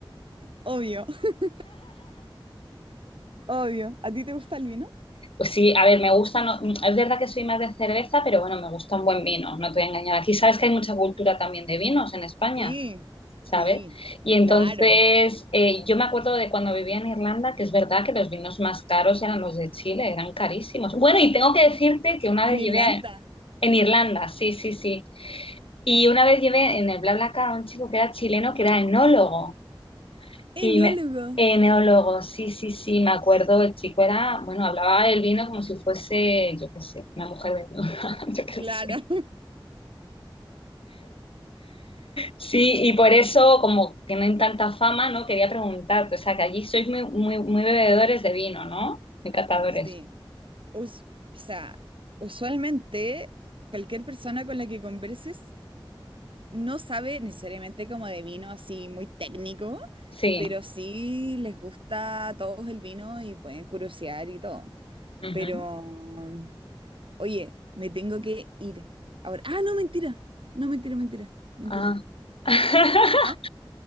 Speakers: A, on the right; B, on the left.
A: Obvio, <laughs> obvio. ¿A ti te gusta el vino?
B: Pues sí, a ver, me gustan, no- es verdad que soy más de cerveza, pero bueno, me gusta un buen vino, no te voy a engañar. Aquí sabes que hay mucha cultura también de vinos en España.
A: Sí,
B: ¿sabes?
A: sí,
B: Y entonces
A: claro.
B: eh, yo me acuerdo de cuando vivía en Irlanda, que es verdad que los vinos más caros eran los de Chile, eran carísimos. Bueno, y tengo que decirte que una
A: En
B: vez
A: Irlanda,
B: llevé a- en Irlanda, sí, sí, sí. Y una vez llevé en el BlaBlaCar a un chico que era chileno, que era enólogo. Y
A: enólogo,
B: me, enólogo, sí, sí, sí, me acuerdo, el chico era, bueno, hablaba del vino como si fuese, yo qué sé, una mujer desnuda, <laughs> yo qué
A: claro.
B: sé.
A: <laughs>
B: Sí, y por eso, como tienen tanta fama, ¿no? Quería preguntarte, o sea, que allí sois muy, muy, muy bebedores de vino, ¿no? Muy catadores.
A: Sí. Us- o sea, usualmente cualquier persona con la que converses no sabe necesariamente como de vino así muy técnico,
B: Sí.
A: pero sí les gusta a todos el vino y pueden curiosear y todo.
B: Ujú.
A: Pero, oye, me tengo que ir. Ahora, ah, no, mentira. No, mentira, mentira, mentira.
B: Ah. <laughs>
A: Pero,